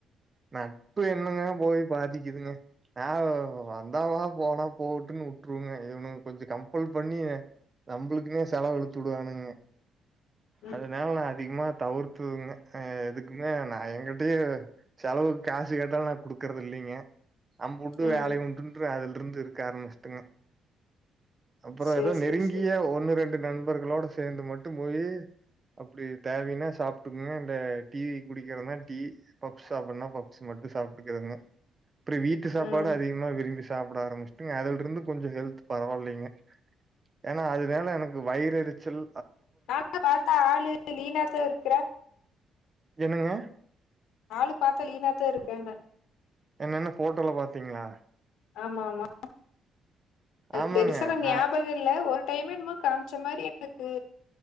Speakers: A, on the right; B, on the left.
A: நட்பு என்னங்க போய் பாதிக்குதுங்க நான் வந்தா வா போனா போகட்டுன்னு வுட்டுருவங்க இவனுங்க கொஞ்சம் கம்பல் பண்ணி நம்மளுக்குனே செலவு இலுத்துடுவானுங்க
B: ம்
A: அது மேல அதிகமா தவிர்த்துதுங்க எதுக்குமே நான் எகிட்டயே செலவுக்கு காசு கேட்டாலும் நான் குடுக்குறது இல்லைங்க நம்புண்டு
B: ம்
A: வேலை
B: ம்
A: உண்டுறுன்று அதுல் இந்து இருக்க ஆரம்பிச்சட்டுங்க அப்பறம்
B: சேரி
A: ஏதோ
B: சேரி
A: நெருங்கிய
B: சேரி
A: ஒன்னு ரெண்டு நண்பர்களோட சேர்ந்து மட்டும் போய் அப்டி தேவைனா சாப்பிட்டுக்குங்க இல்ல டீவி குடிக்கிற தான் டீ சாப்பிடனா பப்சு மட்டும் சாப்பிட்டுக்குதுங்க அப்ப வீட்டு சாப்பாடு
B: ம்
A: அதிகமா விரும்பிச்சு சாப்பிட ஆரம்பிச்சுட்டுங்க அதுல இருந்து கொஞ்சம் ஹெல்த் பரவாயில்லைங்க ஏன்னா அதுனால எனக்கு வயிறு எருச்சல்
B: நானான் ப்த்தா ஆளு லீனா தான் இருக்கிறேன்
A: என்னங்க
B: ஆளு பார்த்த லீனாத்தான் இருக்கேன்ன
A: என்னென்ன போட்டோல பாத்தீங்களா
B: ஆமா ஆமா அது
A: ஆமாங்க
B: பெருசா நங்கயாவக
A: நா
B: இல்ல ஒ டைமன் காமிச்ச மாதிரி எனக்கு